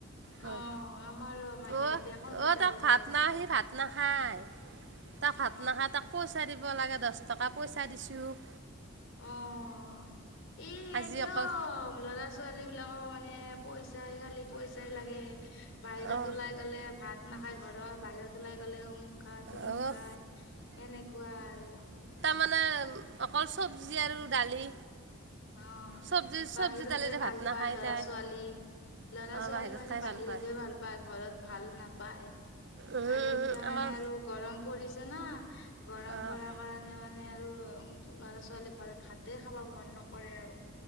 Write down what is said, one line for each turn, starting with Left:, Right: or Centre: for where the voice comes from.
Right: হয়
Left: অ' আমাৰো মাইনা
Right: অ'
Left: এতিয়া কম্পিউটাৰত
Right: অ' তাক ভাত
Left: গল।
Right: না সি ভাত নাখায় তাক ভাত
Left: অ
Right: নাখায় তাক পইচা দিব লাগে দচ টকা পইচা দিছো। <inaudible>
Left: অ' এই
Right: আজি
Left: একদম
Right: অকল
Left: লৰা ছোৱালী বিলাক অ' মানে পইচাই খালি পইচাই লাগে। বাহিৰত
Right: অঁ
Left: ওলাই গলে ভাত নাখায় ঘৰত বাহিৰত ওলাই গ'লে অমুক খায় তমুক
Right: অ', অ',
Left: খাই। এনেকুৱা আৰু।
Right: মানে অকল চবজি আৰু দালি।
Left: অ'
Right: চব্জি চব্জি
Left: বাহিৰতহে
Right: দালিৰে
Left: ভাল
Right: ভাত নাখায়
Left: পায় ল'ৰা
Right: তাই
Left: ছোৱালী। লৰা
Right: অ',
Left: ছোৱালী
Right: বাহিৰত
Left: মানে
Right: খাই
Left: বাহিৰতহে
Right: ভাল পায়
Left: ভাল পায় ঘৰত ভাল নাপায় পাই
Right: উম,
Left: আৰু, এতিয়া মানে
Right: আমাৰ
Left: আৰু গৰম পৰিছে ন। গৰম
Right: অ',
Left: পাৰ কাৰণে মানে আৰু ল'ৰা ছোৱালী ঘৰত ভাতে খাব মন ন কৰে আৰু।